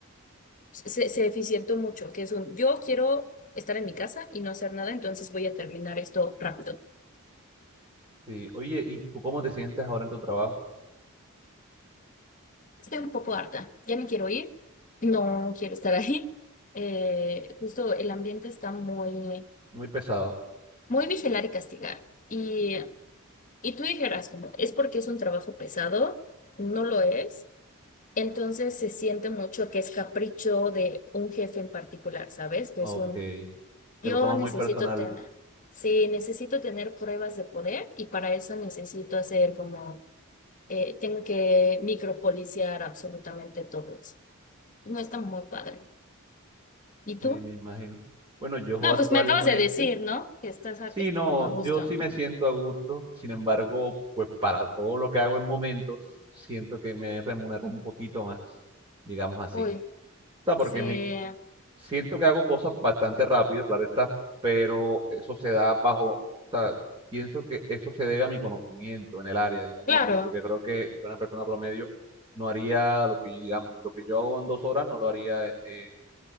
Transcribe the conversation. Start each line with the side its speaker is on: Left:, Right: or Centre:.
Left: se, se eficientó mucho, que es un, yo quiero estar en mi casa y no hacer nada, entonces voy a terminar esto rápido.
Right: Sí. Oye, ¿y tú cómo te sientes ahora en tu trabajo?
Left: Estoy un poco harta, ya me quiero ir, no quiero estar ahí. Eh, justo el ambiente está muy,
Right: Muy pesado.
Left: muy vigilar y castigar. Y, y tú dijeras, como, es porque es un trabajo pesado, no lo es. Entonces se siente mucho que es capricho de un jefe en particular, ¿sabes? Que
Right: Ok.
Left: es un,
Right: Te
Left: yo
Right: lo tomas
Left: necesito
Right: muy personal,
Left: tener, sí, necesito tener pruebas de poder y para eso necesito hacer como, eh, tengo que micropoliciar absolutamente todo eso. No está muy padre. ¿Y tú?
Right: sí, me imagino. Bueno, yo
Left: No,
Right: actualmente,
Left: pues me acabas de decir, ¿no? Que estás a-
Right: sí,
Left: este,
Right: no,
Left: como a gusto.
Right: yo sí me siento a gusto. Sin embargo, pues para todo lo que hago en momentos, siento que me remunero un poquito más, digamos así.
Left: Uy,
Right: O sea, porque
Left: sí,
Right: en mi Siento que hago cosas bastante rápido, claro está, pero eso se da bajo, o sea, pienso que eso se debe a mi conocimiento en el área, digamos
Left: claro.
Right: así, porque creo que una persona promedio no haría lo que, digamos, lo que yo hago en dos horas no lo haría eh, en